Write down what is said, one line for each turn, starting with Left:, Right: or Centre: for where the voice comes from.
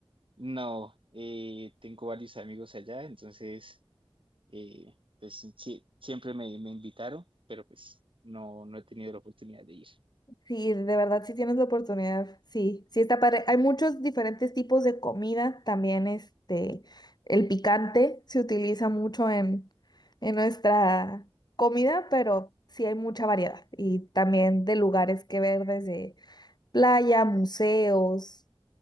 Right: no, eh, tengo varios amigos allá, entonces... Eh, pues sí, siempre me, me invitaron, pero pues no, no he tenido la oportunidad de ir.
Left: Sí, de verdad, si tienes la oportunidad, sí, sí está padre. Hay muchos diferentes tipos de comida, también este, el picante se utiliza mucho en, en nuestra comida, pero sí hay mucha variedad y también de lugares que ver desde playa, museos,